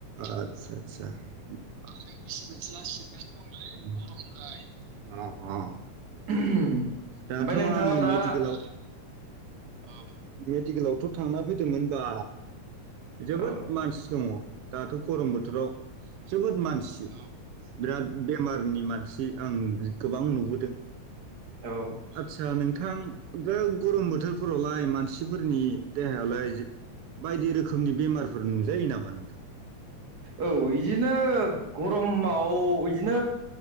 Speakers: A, on the right (about 80°); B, on the right (about 35°).
A: दा <unintelligible> सा आखाइयाव गिसिब मोनसैला सिबगासिनो दंलै गरमद्राय औ-औ
B: ओमफ्राय
A: दाथ'
B: नोंथाङा
A: आङो
B: दा
A: मेडिकेलाव औ मेडिकेलावथ' थांना फैदोंमोनबा जोबोद
B: औ
A: मानसि दङ दाथ' गरम बोथोराव जोबोद मानसि औ बिराद बेमारनि मानसि आं गि-गोबां नुबोदों
B: औ
A: आतसा नोंथां आं गो गरम बोथोर फोरावलाय मानसिफोरनि देहायालाय जे बायदि रोखोमनि बेमारफोर नुजायो नामा नोंथां
B: औ बिदिनो गरमाव बिदिनो